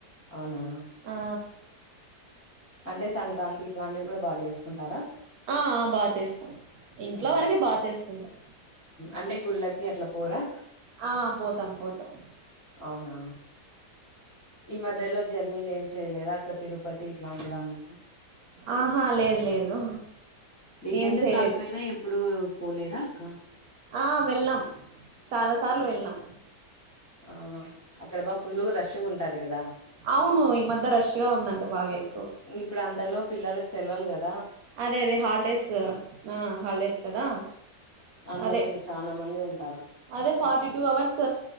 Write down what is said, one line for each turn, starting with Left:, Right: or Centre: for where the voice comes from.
Left: అవునా
Right: ఆ
Left: అంటే సంక్రాంతి ఇట్లాంటివి కూడా బాగా చేసుకుంటారా
Right: ఆ ఆ బాగా చేస్తాం ఇంట్లో
Left: ఆ
Right: వరకే బాగా చేసుకుంటాం
Left: అంటే గుళ్ళకి అట్ల పోరా
Right: ఆ పోతాం పోతాం
Left: అవునా ఈ మధ్యలో జర్నీలు ఏం చేయలేదా అక్క తిరుపతి ఇట్లాంటి దాంలకు
Right: ఆహా లేదు లేదు
Left: రీసెంట్
Right: ఏం చేయలేదు
Left: కాకపోయినా ఎప్పుడు పోలేదా అక్క
Right: ఆ వెళ్ళాం చాలా సార్లు వెళ్నాం
Left: ఆ అక్కడ బాగ ఫుల్ రషష్గా ఉంటంది <inaudible> అది కదా
Right: అవును ఈ మధ్య రష్గా ఉందంట బాగా ఎ
Left: ఇంగ్ ఇప్పుడు అంతలో పిల్లలకు సెల్వల్ గద
Right: అదే అదే హాలిడేస్ ఆ హాలిడేస్ కదా
Left: అందరు
Right: అదే
Left: ఇంక చానా మంది ఉంటారు
Right: అదే ఫార్టీటూ అవర్స్